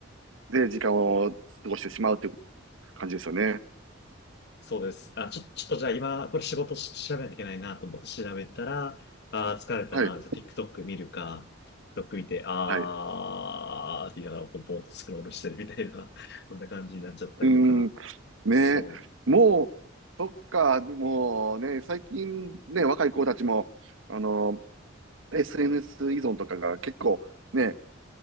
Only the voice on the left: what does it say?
そうです。あ、ちょ、ちょっとじゃあ今、これ仕事し調べないといけないなと思って調べたら、あー、疲れたな、
じゃあ TikTok 見るか、TikTok 見て、あーって言いながら、
こう、ぼーっとスクロールしてるみたいな、<laughs> こんな感じになっちゃったりとか、
そ